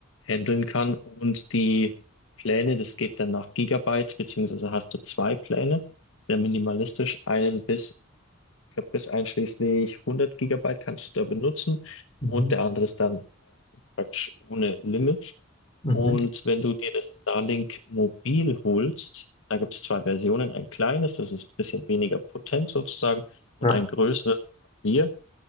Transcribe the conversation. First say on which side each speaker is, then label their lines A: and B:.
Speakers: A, on the left; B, on the left.
A: handeln kann. Und die Pläne, das geht dann nach Gigabyte, beziehungsweise hast du zwei Pläne, sehr minimalistisch, einen bis, ich glaube, bis einschließlich 100 Gigabyte kannst du da benutzen
B: Mhm.
A: und der andere ist dann praktisch ohne Limits.
B: Mhm.
A: Und wenn du dir das Starlink Mobil holst, da gibt es zwei Versionen, ein kleines, das ist ein bisschen weniger potent sozusagen, und
B: Ja.
A: ein größeres, das haben wir.